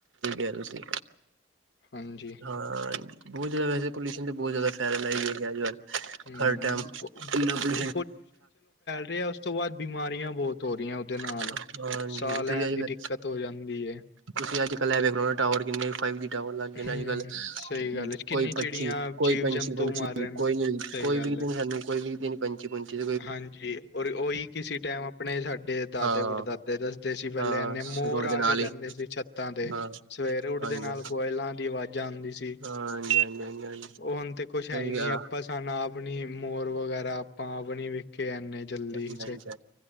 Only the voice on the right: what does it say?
ਹਾਂਜੀ ਹਾਂਜੀ
ਹਾਂ ਬਹੁਤ ਜ਼ਿਆਦਾ ਵੈਸੇ ਪੋਲਿਊਸ਼ਨ ਤੇ ਬਹੁਤ ਜ਼ਿਆਦਾ ਫੈਲ ਅੱਜ ਕੱਲ
ਹਰ ਟਾਈਮ ਇਨਾ ਤੁ
ਹਾਂਜੀ
ਤੁਸੀਂ
ਅੱਜ
ਕੱਲ
ਤੁਸੀਂ ਅੱ ਕੱਲਖੋ ਟਾਵਰ ਕਿੰਨੇ ਫਾਈਵ ਜੀ ਰ ਲੱਗ ਗਏ ਨੇ
ਅੱਜਕੱਲ
ਕੋਈ ਪੰਛੀ
ਕੋਈ
ਪੰਛੀ
ਪੰਛੀ
ਕੋਈ ਨ
ਕੋਈ
ਵੀ ਦਿਨ
ਸਾਨੂੰ ਕੋਈ ਵੀ ਦਿਨ ਪੰਚੀ ਪੰਚੀ
ਹਾਂ
ਹਾਂ
ਰੋਡ
ਦੇ ਨਾਲ
ਹੀ
ਹਾਂ
ਹਾਂਜੀ
ਹਾਂਜੀ ਹਾਂਜੀ ਹਾਂਜੀ ਹਾਂਜੀ
ਸਹੀ
ਆ
ਹਾਂਜੀ ਹਾਂਜੀ